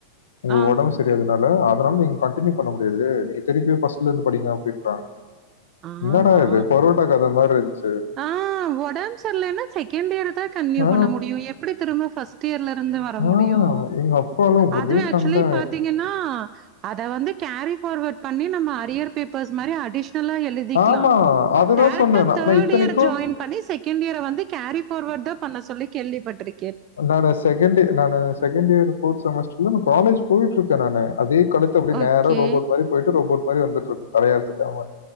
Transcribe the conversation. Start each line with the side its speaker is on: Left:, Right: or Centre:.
Left: உங்ளுக்
Right: ஆ
Left: ஒடம்பு செரியாதனால அதனால நீங்க கன்ட்டினியூ பண்ண முடியாது நீங்க திருப்பியு ஃபஸ்ட்லர்ந்து படிங்க அப்டின்ட்டாங்க
Right: ஆமா
Left: என்னடா இது பொரோட்டா கத மார்ருந்ச்சு
Right: ஆ ஒடம் செர்லீனா செகண்ட் இயர் தா கண்டினியூ
Left: ஆ,
Right: பண்ண முடியு எப்டி திரும்ப ஃபர்ஸ்ட் இயர்ல இருந்து வர
Left: ஆ,
Right: முடியு
Left: எங்க அப்பாலாம் ஒரே
Right: அதுவே ஆக்சுலி
Left: சண்டை
Right: பாத்தீ ங்னா அத வந்து கேரி பார்வட் பண்ணி நம்ப அரியர் பேப்பர்ஸ் மாரி அடிஷ்னலா எ ழுதிக்லா
Left: ஆமா அதுதான்
Right: டேரக்டா
Left: சொன்னேன் நான்
Right: தேட்
Left: நான் இத்தனைக்கும்
Right: இயர் ஜாயின் பண்ணி செகண்ட் இயர வந்து கேரி ஃபார்வட் தா பண்ண சொல்லி கேள்விப் பட்டுரு
Left: நானு செகண்ட்டு நானு செகண்ட் இயர் ஃபோர்த் செமஸ்டர்ல நா காலேஜ் போய்ட்ருக்கே நானு அதே கடுத்து அப்டி
Right: ஓகே
Left: நேரா ரோபோட் மாரி போய்ட்டு ரோபோட் மாி வந்துட்ருக் தலையசிக்காம